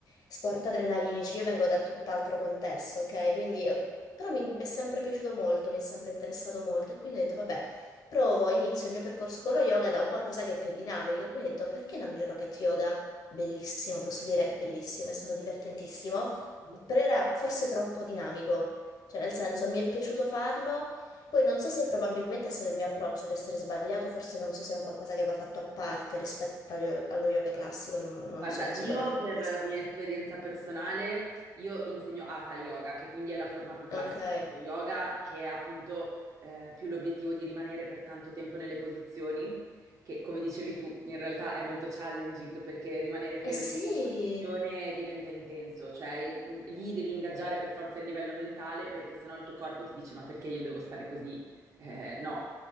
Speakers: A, on the left (about 65°); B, on the right (about 50°).
A: sport adrenalinici. Io vengo da tutt'altro contesto, ok? Quindi, ho- però mi, mi è sempre piaciuto molto, mi è sempre interessato molto e quindi ho detto, vabbè, provo, inizio il mio percorso con lo yoga da un qualcosa che è più dinamico e quindi ho detto, perché non il rocket yoga? Bellissimo, posso dire bellissimo, è stato divertentissimo,
B: Sì.
A: però era forse troppo dinamico, cioè nel senso mi è piaciuto farlo. Poi non so se probabilmente è solo il mio approccio ad essere sbagliato, forse non so se è un qualcosa che va fatto a parte rispetto allo, allo yoga classico, non, non
B: Guarda,
A: sono sicuramente.
B: io per mia esperienza personale, io insegno Hatha Yoga, che quindi è la forma più classica
A: Ok. Eh
B: dello yoga, che è appunto eh, più l'obiettivo di rimanere per tanto tempo nelle posizioni, che come dicevi tu, in realtà è molto challenging perché rimanere fermi
A: sì,
B: in una posizione diventa intenso, cioè mh, lì devi ingaggiare per forza il livello mentale perché sennò il tuo corpo ti dice ma perché io devo stare così? Eh, no,